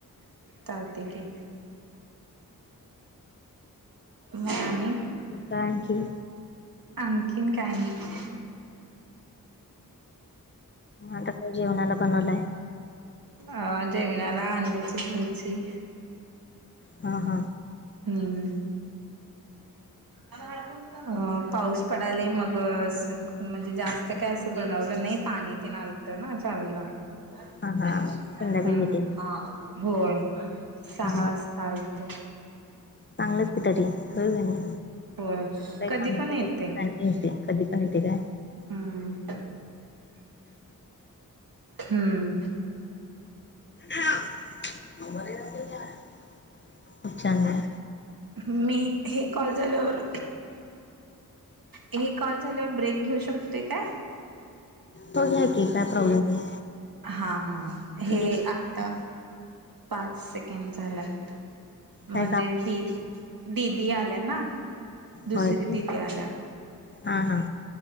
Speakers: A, on the right (about 65°); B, on the left (about 30°).
A: चालतय की, मग आणि,
B: थँक्यू.
A: आणखीन काही नाही.
B: आता काय जेवणाला बनवलाय?
A: अ जेवणाला अंड्याची बुर्जी.
B: हा हा
A: हम्म अ हळकुंड अ पाऊस पडालय मग म्हणजे जास्त काय असं बनवलं नाही पाणी तेन आल त ना चावीला
B: हा हा
A: हम्म
B: संध्याकाळी येते
A: हा. होय सहा
B: हा हा
A: वाजता आलत.
B: चांगलंच की तरी होय कनी
A: होय
B: काय
A: कधी
B: काम असल
A: पण येतय
B: तर येतंय कधी पण येतंय काय?
A: हम्म हम्म
B: <unintelligible> खूप छान आहे
A: मी हे कॉल झाल्यावर हे कॉल झाल्यावर ब्रेक घेऊ शकतोय काय?
B: तो घ्या की काय प्रॉब्लेम नाही.
A: हा हा हे
B: घ्या
A: आ आता पाच सेकेंड झाल्यात म्हणजे
B: काय काम
A: दी दिदी आल्या ना दुसरी
B: होय काय
A: दिदी आल्या
B: हा हा